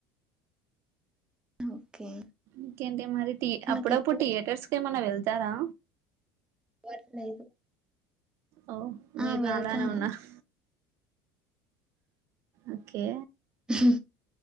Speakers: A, on the right; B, on the right.
A: ఓకే
B: ఇంకా ఏంటి మరి అప్పుడప్పుడు
A: నాకెప్పుడు
B: థియేటర్స్ క ఏమన్నా వెళ్తారా
A: ఎవరు లేరు.
B: ఓ మీరు
A: ఆ! వెళ్తాను.
B: నలానే ఉన్నారు ఓకే
A: ఊహు